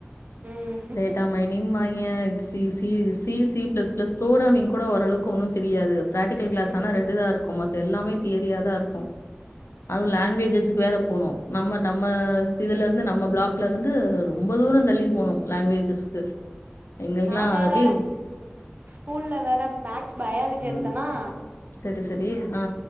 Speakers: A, on the right (about 40°); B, on the left (about 90°).
A: ம்
B: டேட்டா மைனிங்பாய்ங்க C C C C plus plus programming கூட ஓரளவுக்கு ஒன்னு தெரியாது ப்ராட்டிக்கல் க்லாஸ்
A: ம்
B: ஆனா ரெண்டுதான் இருக்கும் மத் த எல்லாமே தியரியாதா இருக்கு அதுவு லாங்குவேஜஸ்கு வேற போனு நம்ம நம்மஸ் இதுலருந்து நம்ம ப்ளாக் லருந்து ரொம்ப தூரந்தள்ளி போனு லாங்குவேஜஸ்கு எங்களுக்குலாம்
A: நா வேற
B: அத் அப்டியே
A: ஸ்கூல்ல வேற மேக்ஸ் பயாலஜி
B: ம்
A: எடுத்தனா
B: சரிசரி ஆ